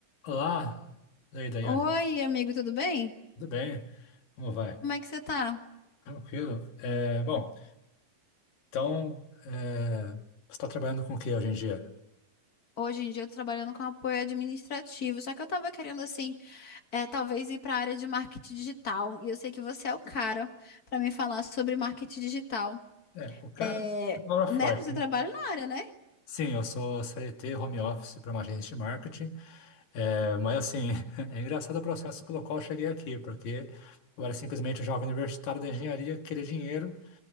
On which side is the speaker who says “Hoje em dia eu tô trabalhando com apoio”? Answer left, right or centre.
Left